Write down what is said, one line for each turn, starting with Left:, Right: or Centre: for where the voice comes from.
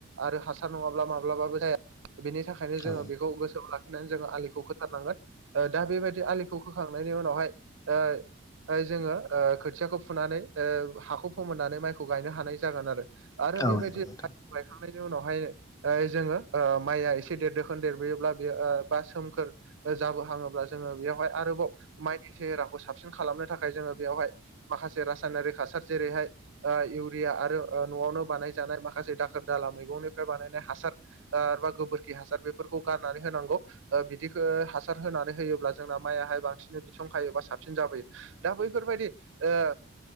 Right: आरो हासार नङाब्ला मा- माब्लाबाबो जाया बेनि थाखायनो जोङो
Left: औ
Right: बेखौ गोसोआव लाखि। नानै जोङो आलिखौ खोथारनांगोन दा बेबायदि आलिखौ खोखांनायनि उनावहाय ओ जोङो ओ खोथियाखौ फुनानै ओ हाखौ फोमोननानै माइखौ गायनो हानाय जागोन आरो। आरो
Left: औ
Right: बेबायदि
Left: नंगौ नोंथां
Right: माइखौ गायखांनायनि उनावहायनो जोङो ओ माइआ एसे देरदोखोन देरबोयोब्ला बेयो ओ बा सोमखोर जाबो हाङोब्ला जोङो बेवहाय आरोबाव माइनि सेहेराखौ साबसिन खालामनो थाखाय जोङो बेयावहाय माखासे रासायनारि हासार जेरैहाय ओ इउरिया आरो न'आवनो बानायजानाय माखासे दाखोर-दाला मैगंनिफ्राय बानायनाय हासार ओ बा गोबोरखि हासार बेफोरखौ गारनानै होनांगौ। बिदिखौ हासार होनानै होयोब्ला जोंना माइयाहाय बांसिनै बिसंखायो बा साबसिन जाबोयो। दा बैफोरबायदि ओ